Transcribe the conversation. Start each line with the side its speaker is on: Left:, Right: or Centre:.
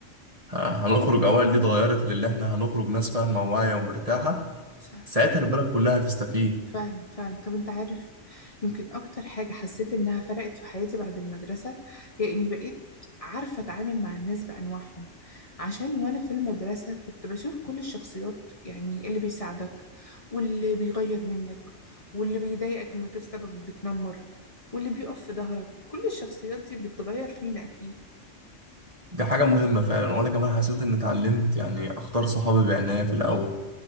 Right: ه- هنخرج اوائل دي اتغيرت للي احنا هنخرج ناس فاهمه وواعيه ومرتاحه
Left: صح
Right: ساعتها البلد كلها هتستفيد
Left: فعلا فعلا طب انت عارف يمكن اكتر حاجة حسيت انها فرقت في حياتي بعد المدرسة هي اني بقيت عارفة اتعامل مع الناس بانواعهم عشان وانا في المدرسة كنت بشوف كل الشخصيات يعني اللي بيساعدك واللي بيغير منك واللي بيضايقك من غير سبب بتنمر واللي بيقف في ظهرك كل الشخصيات دي بتغير فينا اكيد
Right: دي حاجة مهمة فعلا وأنا كمان حسيت إني اتعلمت يعني أختار صحابي بعناية في الأول